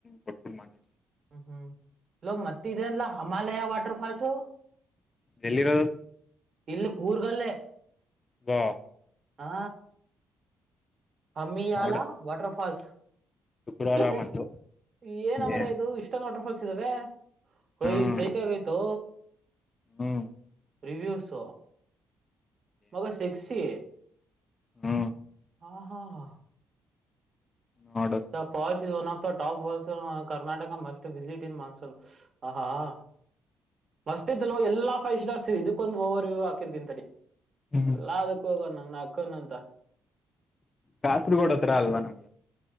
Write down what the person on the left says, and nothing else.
ಕೊಟ್ಬಿು ಮಾತಾಡ್
ಎಲ್ಲಿರೋದು
ವಾ
ನೋಡು
ಶುಕ್ರವಾರ
ಬಂದು
ಏ
ಹ್ಮ್
ಹ್ಮ್
ಹ್ಮ
ನೋಡು
ಹ್ಮ್
ಕಾಸರ್ಗೋಡ ಹತ್ರತ್ರ ಅಲ್ವಾ ನಮ್ಗೆ